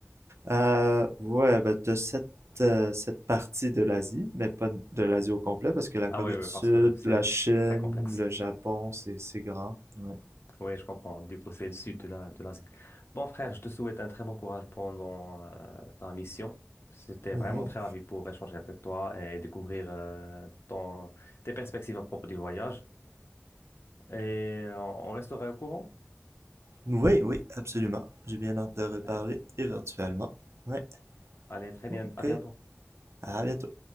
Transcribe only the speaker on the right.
Euh, ouais, ben, de cette, euh, cette partie de l'Asie, mais pas de l'Asie au complet, parce que la Corée
du Sud,
la Chine,
le Japon, c'est c'est grand. Ouais.
Mhm.
Oui, oui, absolument. J'ai bien hâte de reparler
éventuellement. Ouais.
OK.
À bientôt.